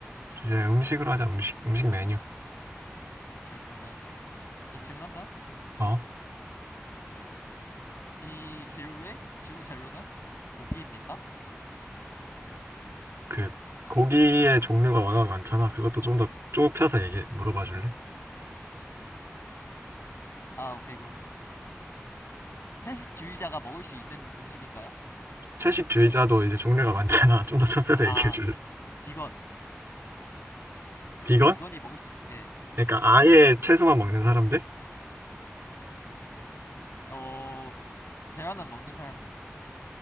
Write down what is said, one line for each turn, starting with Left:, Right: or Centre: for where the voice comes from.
Right: 주제 음식으로 하자, 음식, 음식 메뉴.
Left: 오케이 그러면 나 질문한다.
Right: 어,
Left: 이 재료의 주 재료는 고기입니까?
Right: 그, 고기의 종류가 워낙 많잖아. 그것도 좀 더 좁혀서 얘기, 물어봐 줄래?
Left: 아 오케이 그럼 채식주의자가 먹을 수 있는 음식인가요?
Right: 채식주의자도 이제 종류가 많잖아. <laughs> 좀 더 좁혀서
Left: 아, 아
Right: 얘기해 줄래?
Left: 비건
Right: 비건?
Left: 비건이 먹을 수 있는 예.
Right: 그러니까 아예 채소만 먹는 사람들?
Left: 어 그- 계란은 먹는 사람들.